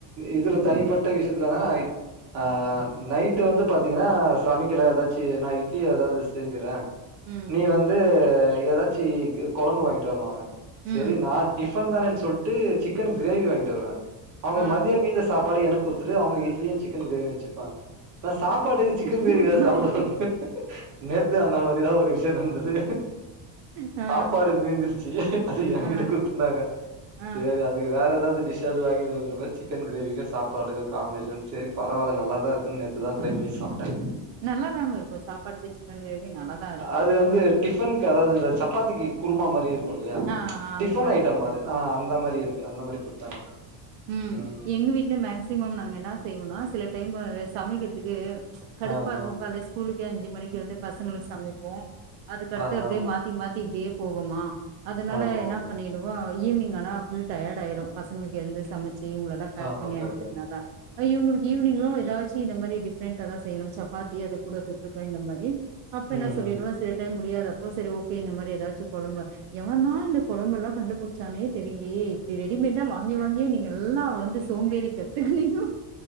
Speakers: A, on the right; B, on the right.
A: இதுல தனிப்பட்ட விஷயத்துலனா ஆஹ் நைட்டு வந்து பாத்தீங்கன்னா சமைக்கல எதாச்சு நா இட்லி எதாவ்து செஞ்சுறே
B: ம்.
A: நீ வந்து எதாச்சி குழம்பு வாங்கிட்டு வாண்ணு வாங்க
B: ம்.
A: சரி நா டிஃப் டிஃபன் தானே சொல்ட்டு சிக்கன் கிரேவி வாங்கிட்டு வருவே அவங்க
B: ஆ.
A: மதியோ மீந்த சாப்பாட எனக் கொடுத்துட்டு அவங்க இட்லியு சிக்கன் கிரேவியு வச்சுப்பாங்க நா சாப்பாட்டுக்கு சிக்கன் கிரேவி
B: சூப்பர்.
A: தா சாப்டுவாங்க நேத்து அந்த மாரிதா ஒரு விஷயோ நடந்தது
B: ஆ,
A: சாப்பாடு மீந்துருச்சு அது ஏகிட்ட
B: ஆ,
A: குடுத்திட்டாங்க
B: ஆ.
A: சரி அ வேற எதாவ்து டிஷ்ஷாது வாங்கினு வந்துருப்பே சிக்கன் கிரேவிக்கு சாப்பாடுக்கு காம்பினேஷன் சரி பரவால்ல நல்லா தா இருக்குன்னு நேத்துதா ட்ரை பண்ணி சாப்ட்டே
B: நல்லா தாங்க இருக்கு சாப்பாட்டுக்கு சிக்கன் கிரேவி நல்லா தா
A: அது வந்து டிஃபன்க்கு அதாவ்து இந்த சப்பாத்திக்கு குருமா மாரி இல்லயா
B: ஆ, ஆ அந்த
A: டிஃபன்
B: மாரி
A: ஐட்டம்
B: குடுத்துருக்காங்க.
A: அது ஆஹ் அந்த மாரி இருக்கு அந்த மாரி குடுத்தாங்க
B: உம்
A: ம்
B: எங்க வீட்டுலயு மே மேசிமம் நாங்க என்னா செய்வோம்னா சில டைமு சமக்கிறதுக்கு கடுப்பா
A: ஆ
B: இருக்கு
A: ஆ
B: கால்லே ஸ்கூலுக்கே அஞ்சு மணிக்கு எழுந்து பசங்களுக்கு சமைப்போ அதுக்கடுத்து
A: ஆ
B: அப்டியே
A: ஆ
B: மாத்தி மாத்தி இப்டியே போகுமா அதனால
A: ஆ ஆ
B: என்னா பண்ணிடுவோ ஈவ்னிங் ஆனா ஃபுல் டயர்ட் ஆயிரு பசங்களுக்கு எழுந்து சமச்சி இவுங்கலல்லா பேக்
A: ஆ
B: பண்ணி
A: ஓகே
B: அனுப்பிரனால
A: ஓகே
B: இவுங்களுக்கு ஈவினிங்லோ எதாச்சு இந்த மாரி டிஃப்ரெண்டா தா செய்யணு சப்பாத்தி அது கூட தொட்டுக்கா இந்த மாரி அப்ப
A: ம்
B: என்ன சொல்லிடுவே
A: ம்
B: சில டைம் முடியாத அப்போ சரி ஓகே இந்த மாரி எதாச்சு கொலம்பு எவன்தா இந்த கொழம்புல்லா கண்டுபுடிச்சானே தெரிலயே இப்டி ரெடிமேட்டா வாங்கி வாங்கியே நீங்க எல்லா வந்து சோம்பேறி கத்து நிக்கோ